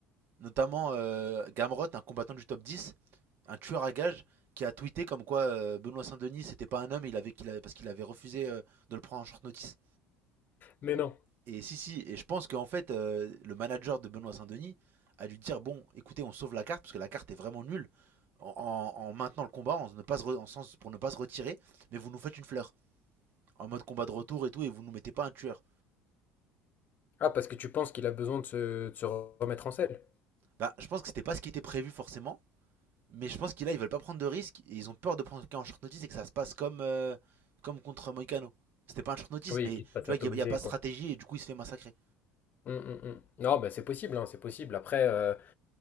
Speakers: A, on the right; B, on the left.
A: notamment euh, Gamrot, un combattant du top 10, un tueur à gages, qui a tweeté comme quoi euh, Benoît Saint-Denis, c'était pas un homme, il avait, qu'il avait- parce qu'il avait refusé euh, de le prendre en short notice.
B: Mais non.
A: Et si, si, et je pense qu'en fait, euh, le manager de Benoît Saint-Denis a dû dire bon, écoutez, on sauve la carte parce que la carte est vraiment nulle en, en- en maintenant le combat, en ne pas se re- en sens pour ne pas se retirer, mais vous nous faites une fleur en mode combat de retour et tout, et vous nous mettez pas un tueur.
B: Ah, parce que tu penses qu'il a besoin de se, de se remettre en selle?
A: Bah, je pense que c'était pas ce qui était prévu forcément, mais je pense qu'ils là ils veulent pas prendre de risques et ils ont peur de prendre quelqu'un en short notice et que ça se passe comme euh, comme contre Moicano. C'était pas un short notice,
B: Oui,
A: mais
B: qu'il
A: tu
B: se passe
A: vois
B: atomiser,
A: qu'il n'y a, a pas de
B: quoi.
A: stratégie et du coup il se fait massacrer.
B: Mm, mm, mm. Non, mais c'est possible, hein, c'est possible. Après, euh,